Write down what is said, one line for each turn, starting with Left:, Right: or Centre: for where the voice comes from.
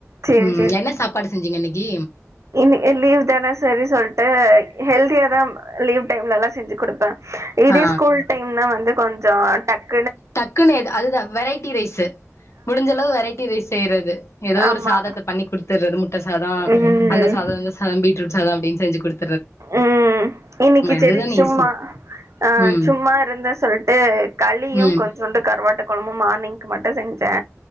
Right: செரி
Left: ம் என்ன சாப்பாடு செஞ்சிங்க இன்னைக்கு
Right: இன்னி இ லீவ் தானே சரி சொல்லிட்டு ஹெல்தியா தா லீவ் டைம்லலா செஞ்சு கொடுப்பே இதே
Left: ஆ
Right: ஸ்கூல் டைம்னா வந்து கொஞ்சொ டக்
Left: டக்குனு எது அதுதா வெரைட்டி ரைஸு முடிஞ்சளவு வெரைட்டி ரைஸ் செய்யறது ஏதோ
Right: ஆமா
Left: ஒரு சாதத்த பண்ணி குடுத்துறது முட்டை சாதொ
Right: ம்
Left: அந்த சாத இந்த சாத பீட்ரூட் சாத அப்டினு செஞ்சு கொடு
Right: ம் இன்னைக்கு சரி
Left: அதுதான
Right: சும்மா
Left: ஈஸி
Right: அ
Left: ம்
Right: சும்மா இருந்தே சொல்ட்டு களியு
Left: ம்
Right: கொஞ்சோண்டு கருவாட்டு கொழம்பும் மார்னிங்க்கு மட்டு செஞ்சே